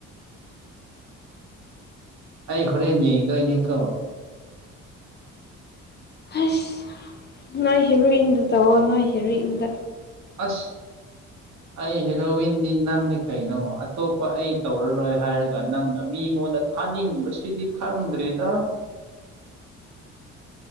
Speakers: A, on the right; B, on the left.
A: ꯑꯩ ꯍꯣꯔꯦꯟ ꯌꯦꯡꯗꯣꯏꯅꯦꯀꯣ
B: ꯑꯁ ꯅꯣꯏ ꯍꯦꯔꯨꯏꯟꯗ ꯇꯧꯋꯣ ꯅꯣꯏ ꯍꯦꯔꯨꯏꯟꯗ
A: ꯑꯁ ꯑꯩ ꯍꯦꯔꯣꯋꯤꯟꯗꯤ ꯅꯪꯅꯦ ꯀꯩꯅꯣ ꯑꯇꯣꯞꯄ ꯑꯩ ꯇꯧꯔꯔꯣꯏ ꯍꯥꯏꯔꯒ ꯅꯪꯅ ꯃꯤꯉꯣꯟꯗ ꯊꯥꯅꯤꯡꯕꯁꯤꯗꯤ ꯈꯪꯗ꯭ꯔꯦꯗ